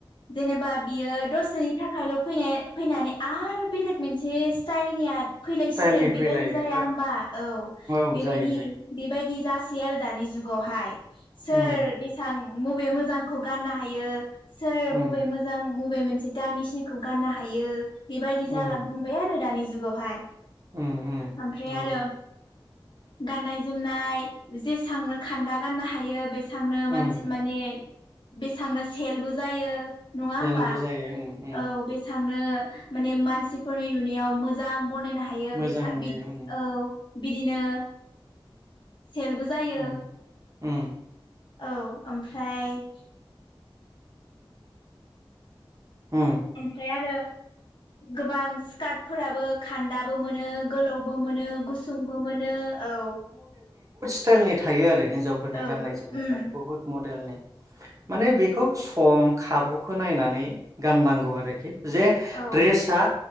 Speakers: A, on the left; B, on the right.
A: जेनेबा बियो दसेनि थाखायल' फैनाय फैनानै आरो बेलेग मोनसे स्टाइलनिया फैलायसिगोन
B: स्टाइलनि फैलायो
A: बेबायदि जाया होमबा औ
B: औ
A: बेबायदि
B: जायो जायो
A: बेबायदि जा यो आरो दानि जुगावहाय। सोर
B: उम
A: बेसां मबे मोजांखौ गाननो हायो सोर
B: उम
A: बबे मोजां मबे मोनसे दामिसिनिखौ गाननो हायो बेबायदि जाला
B: उम
A: बुंबाय आरो दानि जुगावहाय
B: उम उम
A: ओमफ्राय
B: नंगौ
A: आरो गाननाय जोमनाय जेसांनो खान्दा गाननो हायो बे थांनो मानसि
B: उम
A: माने बेसां नो सेलबो जायो नंङा
B: हेल्पबो
A: होमबा?
B: जायो उम उम
A: औ बेसांनो ओ माने मानसिफोरनि नुनायाव मोजां बनायनो हायो
B: मोजां
A: बेसा
B: नुयो
A: बिद
B: उम
A: औ बिदिनो सेलबो जायो।
B: उम उम
A: औ ओमफ्राय
B: उम
A: ओमफ्राय आरो गोबां स्कार्टफोराबो खान्दाबो मोनो। गोलावबो मोनो गुसुंबो मोनो औ
B: टाइलनि थायो आरो। हिन्जावफोरनि
A: औ
B: गाननाय जोमनायफ्रा
A: उम
B: बुहुत मद देलनि माने बेखौ सम खाबुखौ नायनानै गाननांगौ आरोखि जे
A: औ
B: ड्रेसआ